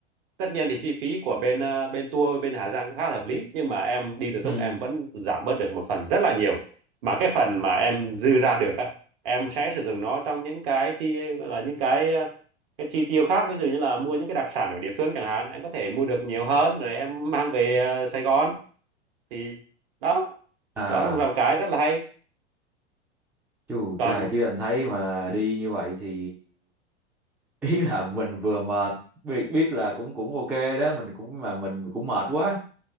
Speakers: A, on the right; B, in the centre.
A: tất nhiên thì chi phí của bên ờ, bên tour bên Hà Giang cũng khá là hợp lý nhưng mà em đi tự túc
B: ừ
A: em vẫn giảm bớt được một phần rất là nhiều mà cái phần mà em dư ra được á em sẽ sử dụng nó trong những cái chi gọi là những cái ờ, cái chi tiêu khác ví dụ như là mua những cái đặc sản ở địa phương chẳng hạn em có thể mua được nhiều hơn rồi em mang về ờ, Sài Gòn thì đó
B: à
A: đó là một cái rất là hay
B: chú
A: còn
B: cha chứ anh thấy mà đi như vậy thì <laughs> ý là mình vừa mệt biết biết là cũng cũng ok đó mình cũng mà mình cũng mệt quá